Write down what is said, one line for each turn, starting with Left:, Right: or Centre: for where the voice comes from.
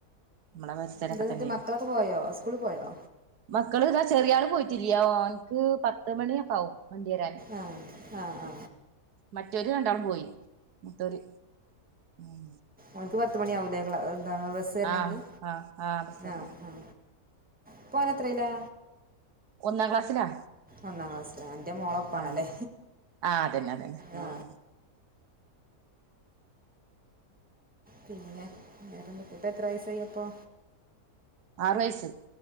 Right: നമ്മടെ പരിസരൊക്കെ
Centre: എന്താന്നിട്ട്
Right: തന്നെയാണ്
Centre: മക്കളൊക്കെ പോയോ സ്കൂളിൽ പോയോ
Right: മക്കള് ഇതാ ചെറിയ ആള് പോയിട്ടില്ലാ ഓൾക്ക് പത്ത് മണിയൊക്ക ആവും വണ്ടിവരാൻ
Centre: ആ ആ ആ
Right: മറ്റൊര് രണ്ടാളും പോയി മൂത്തോര് ഉം
Centre: ഓൻക്ക് പത്ത് മണിആവുംല്ലേ ക്ലാ എന്താ ബസ് വരണങ്കിൽ
Right: ആഹ് ആഹ് ആഹ് ബസ്സല്ല
Centre: ആ ആ ഇപ്പൊ ഓന് എത്രയിലാ
Right: ഒന്നാം ക്ലാസ്സിലാ
Centre: ഒന്നാം ക്ലാസ്സിലാ എന്റെ മോളെ ഒപ്പാണല്ലേ
Right: ആഹ് ആഹ് അതന്നെ അതന്നെ മോളും
Centre: ആ
Right: കൂടെ
Centre: പിന്നെ വേറെന്തക്കെ എത്ര വയസായിപ്പൊ
Right: ആറ് വയസ്സ്